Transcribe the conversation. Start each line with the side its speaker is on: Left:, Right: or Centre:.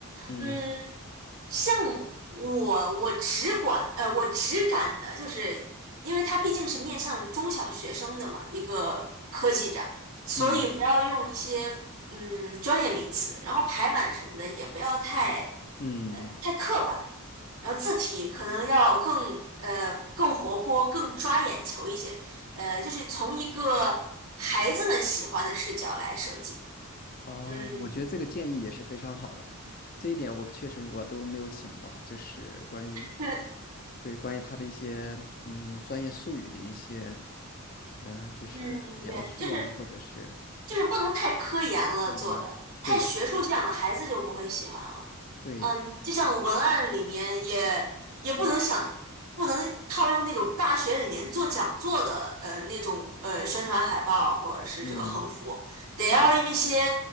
Left: 嗯
Right: 嗯，像我，我只管呃我只敢的就是，因为它毕竟是面向中小学生的嘛，一个科技展，所以不要用一些嗯专业名词，
Left: 嗯
Right: 然后排版什么的也不要太。
Left: 嗯，
Right: 太刻板，然后字体可能要更呃更活泼、更抓眼球一些，呃，就是从一个孩子们喜欢的视角来设计。
Left: 哦，
Right: 嗯，
Left: 我觉得这个建议也是非常好的，这一点我确实我都没有想到，就是关于
Right: 对，
Left: 对关于他的一些嗯专业术语的一些嗯、呃就是描述啊，
Right: 嗯，对，就是
Left: 或者是
Right: 就是不能太科研了做的，
Left: 嗯对的
Right: 太学术向了，孩子就不会喜欢了。
Left: 对
Right: 嗯，就像文案里面也也不能想，不能套用那种大学里面做讲座的呃那种呃宣传海报或者是这个横幅，
Left: 嗯
Right: 得要一些
Left: 对的